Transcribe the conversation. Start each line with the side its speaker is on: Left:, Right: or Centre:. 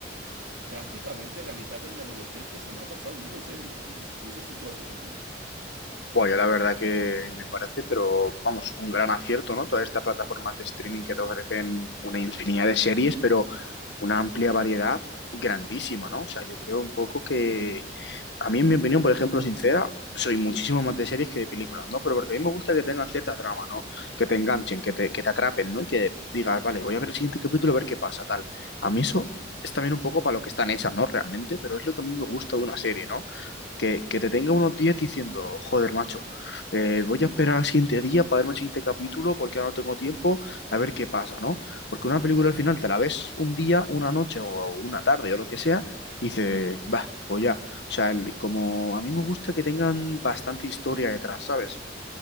Right: prácticamente la mitad de mi adolescencia se me ha pasado viendo series, tío. No sé si tú has hecho lo mismo.
Left: Bueno, yo la verdad que me parece, pero vamos, un gran acierto, ¿no? Todas estas plataformas de streaming que te ofrecen una infinidad de series, pero una amplia variedad grandísima, ¿no? O sea, yo creo un poco que, a mí en mi opinión, por ejemplo, sincera, soy muchísimo más de series que de películas, ¿no? Pero porque a mí me gusta que tengan cierta trama, ¿no? Que te enganchen, que te, que te atrapen, ¿no? Y que digas, vale, voy a ver el siguiente capítulo a ver qué pasa, tal. A mí eso es también un poco para lo que están hechas, ¿no? Realmente, pero es lo que a mí me gusta de una serie, ¿no? Que, que te tenga unos días diciendo, joder, macho, eh, voy a esperar al siguiente día para verme el siguiente capítulo porque ahora no tengo tiempo, a ver qué pasa, ¿no? Porque una película al final te la ves un día, una noche o una tarde o lo que sea, y dices, va, pues ya. O sea, el- como a mí me gusta que tengan bastante historia detrás, ¿sabes?